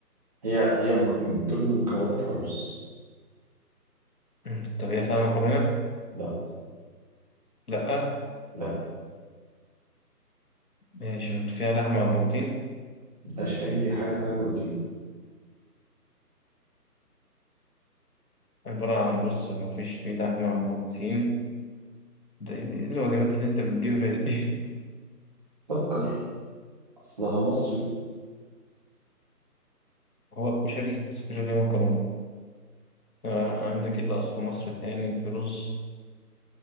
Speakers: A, on the right; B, on the left.
A: هي هي مك- من ضمن مكوناتها الرز
B: مم. طب هي فيها مكرونة؟
A: لا
B: لأ
A: لا
B: ماشي أنت فيها لحمة وبروتين
A: مفيهاش أي حاجة فيها بروتين
B: عبارة عن رز ومفيش فيه لحمة وبروتين ده إيه إيه الوجبات اللي أنت بتجيبها دي؟
A: فكر أصلها مصري
B: <laughs> هو الكشري بس الكشري فيه مكرونة آه، عندك اللي أصله مصر تاني في رز